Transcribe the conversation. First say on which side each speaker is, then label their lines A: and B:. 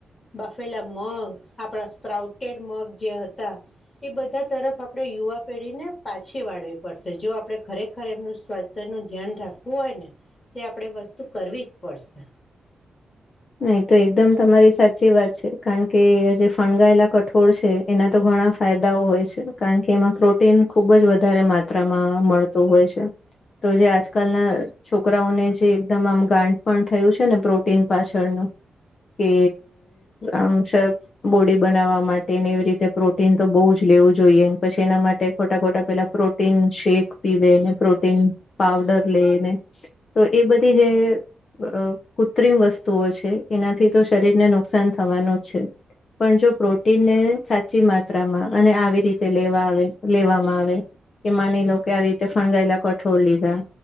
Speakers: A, on the left; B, on the left.
A: બાફેલા મગ આપણા સ્પ્રાઉટેડ મગ જે હતા એ બધા તરફ આપણે યુવા પેઢીને પાછી વાળવી પડશે જો આપડે ખરેખર એમનું સ્વા નું ધ્યાન રાખવું હોય ને તે આપણેે વસ્તુ કરવી જ પડશે
B: નહી તો એકદમ તમારી સાચી વાત છે, કારણ કે જે ફણગાયેલા કઠોળ છે, એના તો ઘ ઘણા ફાયદાઓ હોય છે, કારણ કે એમાં પ્રોટીન ખુબ જ વધારે માત્રામાં મળતું હોય છે. તો જે આજકાલના છોકરાઓને જે એકદમ આમ ગાડપણ થયું છે ને પ્રોટીન પાછ <unintelligible> કે આમ બોડી બનાવા માટે ને એવી રીતે પ્રોટીન તો બો જ લેવું જોઈએ પછી એના માટે ખોટા ખોટા પેલા પ્રોટીન શેક પીવે પ્રોટીન પાવ ડર લેને તો એ બધી જે અ કૃત્રિમ વ સ્તુઓ છે એનાથી તો શરીરને નુકસાન થવાનું જ છે. પણ, જો પ્રોટીનને સાચી માત્રામા અને આવી રીતે લેવા આવે લેવામાં આવે કે માની લો કે આવી રીતે ફણગાયેલા કઠોળ લીધા